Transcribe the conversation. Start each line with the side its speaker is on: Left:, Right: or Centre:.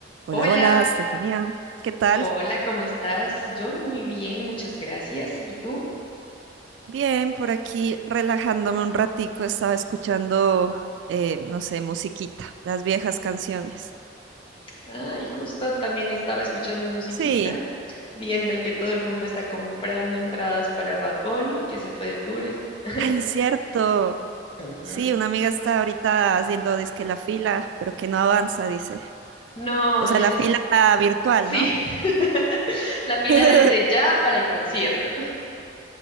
Right: Hola,
Left: Hola,
Right: hola, Estefanía. ¿Qué tal?
Left: hola, ¿cómo estás? Yo muy bien, muchas gracias. ¿Y tú?
Right: Bien, por aquí relajándome un ratico, estaba escuchando, eh, no sé, musiquita, las viejas canciones.
Left: Ah, y justo también estaba escuchando musiquita,
Right: Sí,
Left: viendo que todo el mundo está comprando entradas para Bad Bunny, que se fue de tours. <laughs>
Right: ay, cierto.
Left: Ujú.
Right: Sí, una amiga está ahorita haciendo dizque la fila, pero que no avanza, dice.
Left: No,
Right: O sea,
Left: les
Right: la
Left: hace...
Right: fila virtual,
Left: Sí,
Right: ¿no?
Left: <laughs> la fila
Right: <laughs>
Left: desde ya para el concierto.